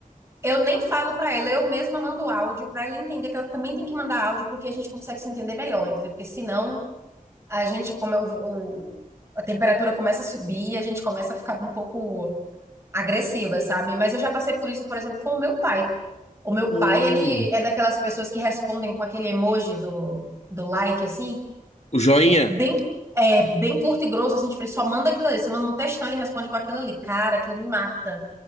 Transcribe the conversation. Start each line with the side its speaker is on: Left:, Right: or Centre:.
Right: eu nem falo pra ela, eu mesma mando áudio pra ela entender que ela também tem que mandar áudio, porque a gente consegue se entender melhor, entendeu? Porque senão a gente, como eu, o- a temperatura começa a subir, a gente começa a ficar um pouco agressiva, sabe? Mas eu já passei por isso, por exemplo, com o meu pai. O meu
Left: Hum,
Right: pai, ele é daquelas pessoas que respondem com aquele emoji do, do like, assim
Left: o joinha.
Right: bem, é, bem curto e grosso, assim, tipo, ele só manda aquilo ali. Você manda um textão, ele responde com aquilo ali. Cara, aquilo me mata.